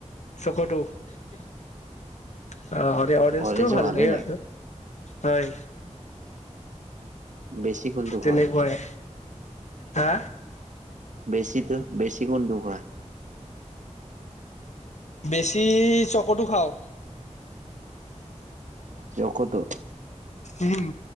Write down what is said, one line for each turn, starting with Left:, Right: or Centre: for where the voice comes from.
Left: চক'টো আহ, অৰেঞ্চটো
Right: অৰেঞ্জো
Left: ভাল
Right: ভালে
Left: লাগে আৰু। হয়।
Right: বেছি কোনটো?
Left: তেনেকুৱাই,
Right: খোৱা
Left: হা?
Right: বেছিতো, বেছি কোনটো খোৱা?
Left: বেছি চক'তো খাওঁ।
Right: চকতো?
Left: উম'